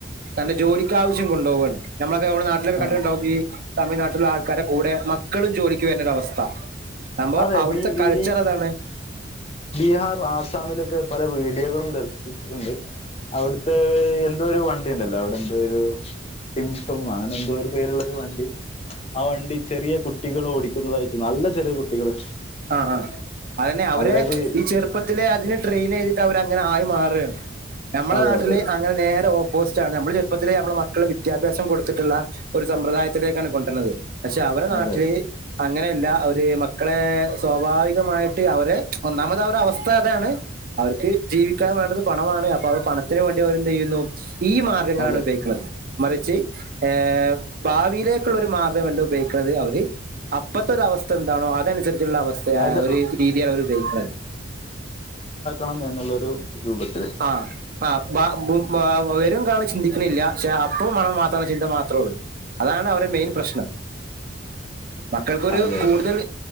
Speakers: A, on the right; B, on the left.
A: തന്റെ ജോലിക്ക് ആവശ്യം കൊണ്ടോവാണ്. നമ്മളൊക്കെ നാട്ടിലൊക്കെ
B: ആ
A: കണ്ടിട്ടുണ്ടാവും ഈ തമിഴ്നാട്ടിലുള്ള ആൾക്കാരുടെ കൂടെ മക്കളും ജോലിക്ക് വരുന്നൊര അവസ്ഥ. സംഭവം
B: അതെ
A: അവിട്ത്തെ
B: ബി
A: കൾച്ചറതാണ്.
B: ഈ ബീഹാർ, ആസാമിലൊക്കെ പല വീഡിയോകളും ദർശിച്ചിട്ടുണ്ട്. അവിടുത്തെ എന്തോ ഒരു വണ്ടി ണ്ടല്ലോ? അവിടെ എന്തോ ഒരു മിന്സ്സോം ന്നോ എന്തോ ഒരു പേരു ള്ളാരു വണ്ടി ആ വണ്ടി ചെറിയ കുട്ടികള് ഓടിക്കുന്നതായിട്ട്. നല്ല ചെറിയ കുട്ടികള്.
A: ആ ആഹ് അതന്നെ അവര്
B: അതായത്
A: ഈ ചെറുപ്പത്ത് അതിന് ട്രെയിൻ ചെയ്തിട്ട് അവരങ്ങനെ ആയി മാറുകാണ്. നമ്മുടെ
B: അതെ
A: നാട്ടിൽ
B: അതെ അതെ
A: അങ്ങനെ നേരേ ഓപ്പോ പോസ്റ്റാണ് നമ്മൾ ചെറപ്പത്തിലേ നമ്മള് മക്കള് വിദ്യാഭ്യാസം കൊടുത്തിട്ടുള്ള ഒരു സമ്പ്രദായത്തിലേക്കാണ് കൊണ്ടര്ണത്. പക്ഷെ അവരെ നാട്ടില്
B: അതെ അതെ
A: അങ്ങനെല്ല അവര് മക്കളെ സ്വാഭാവികമായിട്ട് അവരെ ഒന്നാമത് അവരുടെ അവസ്ഥ അതാണ്. അവർക്ക് ജീവിക്കാൻ വേണ്ടത് പണമാണ്. അപ്പൊ അവ പണത്തിന് വേണ്ടി അവര് എന്തെയ്യുന്നു ഈ മാർഗങ്ങളാണ്
B: അതെ
A: ഉപയ്ക്ക്ണത്. മറിച്ച് ഏഹ് ഭാവിയിലേക്കുള്ള ഒരു മാർഗമല്ല ഉപയോഗിക്കണത് അവര് അപ്പത്തൊര അവസ്ഥ എന്താണോ അതനുസരിച്ചുള്ള അവസ്ഥയായഒരു
B: അത്
A: രീതിയാണ് അവർ ഉപയോക്ക്ണത്.
B: ണം എന്നുള്ളൊരു രൂപത്ത്
A: ആഹ് ആഹ് ബ ബു അഹ് വരും കാലം ചിന്തിക്കണില്ല പക്ഷേ അപ്പവും പണംമാത്ര മെന്നചിന്ത മാത്രമേ ഉള്ളൂ. അതാണ് അവരുടെ മെയിൻ പ്രശ്നം. മക്കൾക്കൊരു
B: അതെ അതെ
A: കൂടുതൽ